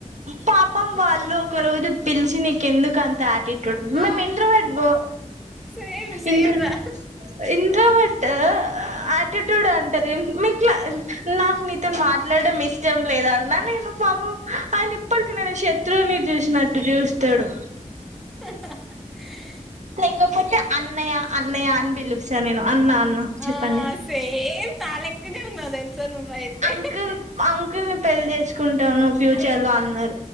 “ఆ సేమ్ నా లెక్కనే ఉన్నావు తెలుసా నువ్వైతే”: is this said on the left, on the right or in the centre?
Centre